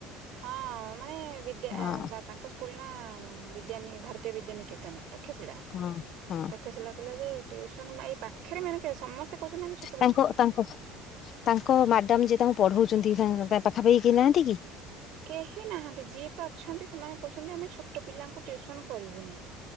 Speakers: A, on the right; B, on the left.
A: ହଁ ମାନେ ବିଦ୍ୟା
B: ହଁ
A: ବା ତାଙ୍କ ସ୍କୁଲ ନା ବିଦ୍ୟା ନି ଭାରତୀୟ ବିଦ୍ୟା ନିକେତନ ତ। ତକ୍ଷଶିଳା
B: ହଁ ହଁ
A: ତକ୍ଷଶିଳା ପିଲା ଯେ ଟିୟୁସନ ମା ପାଖରେ ମିଳି ଯିବା ସମସ୍ତେ କହୁଛନ୍ତି। ଆମେ ଛୁ
B: ତାଙ୍କ ତାଙ୍କ ତାଙ୍କ ମ୍ୟାଡ଼ାମ୍ ଯିଏ ତାଙ୍କୁ ପଢଉଛନ୍ତି। ତାଙ୍କ ତା ପାଖାପାଖି କେହି ନାହାନ୍ତି କି?
A: କେହି ନାହାନ୍ତି ଯିଏ ପା ଅଛନ୍ତି ସେମାନେ କହୁଛନ୍ତି ଆମେ ଛୋଟ ପିଲାଙ୍କୁ ଟିଉସନ କରିବୁନି।